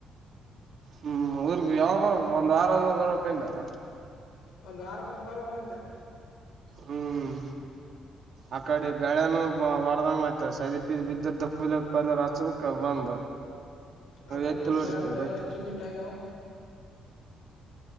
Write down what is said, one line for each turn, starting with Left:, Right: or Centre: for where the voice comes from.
Right: ಹ್ಮ್ ಯಾವಾಗ ಬರ ಒಂದ್ ಆರಂದ ಬರಕ್ಿಂ <unintelligible> ದಾರ
Left: ಒಂದು ಆರ ಬಿಟ್ಟು ಬರಕ್ ಮತ್ತೆ
Right: ಹ್ಮ್ ಆ ಕಡೆ ಗಳನ ಹೊಡದಂಗ ಮಾಡ್ತ ಸದ ಬಿದ್ದ ಪ ಹಚ್ಕ್ ಬಂದ
Left: ಹಚ್ಚಬೇಕು
Right: ಎತ್ತಿಲು
Left: ಮತ್ತ್
Right: ಹೊಡಿತೆ
Left: ಗಳೆ
Right: ಮತ್ತೆ
Left: ಕುಂಟಿ ಮಸ್ತ ಅಗ್ಯಾವ